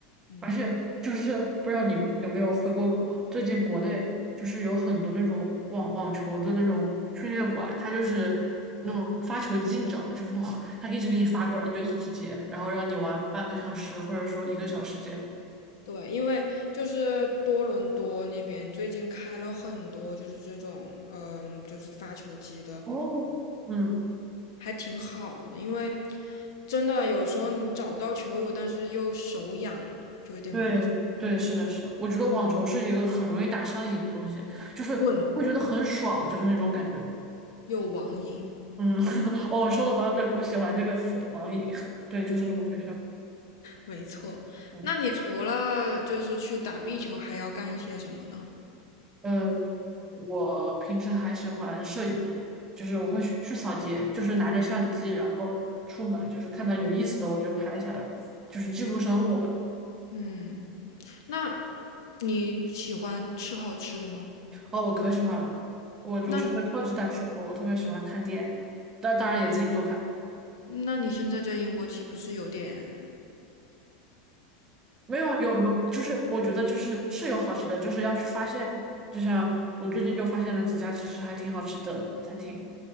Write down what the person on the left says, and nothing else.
嗯，
对。
对，因为就是多伦多那边最近开了很多，就是这种，嗯，就是发球机的，
还挺好的。因为真的有时候你找不到球友，但是又手痒，就有点麻烦，
对，
有网瘾。
没错，
那你除了就是去打壁球，还要干些什么呢？
嗯，那你喜欢吃好吃的吗？
那
那你现在在英国岂不是有点？